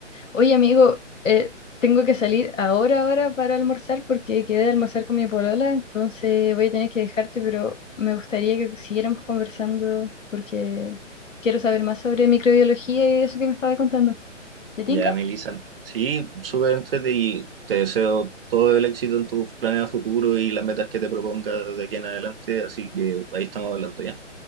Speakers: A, on the left; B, on the right.
A: Oye, amigo, eh, tengo que salir ahora, ahora para almorzar porque quedé de almorzar con mi polola, entonces voy a tener que dejarte, pero me gustaría que siguiéramos conversando porque quiero saber más sobre microbiología y eso que me estaba contando. ¿Te tinca?
B: Ya, Melissa. Sí, súper entrete y te deseo todo el éxito en tus planes a futuro y las metas que te propongas de aquí en adelante. Así que ahí estamos hablando ya.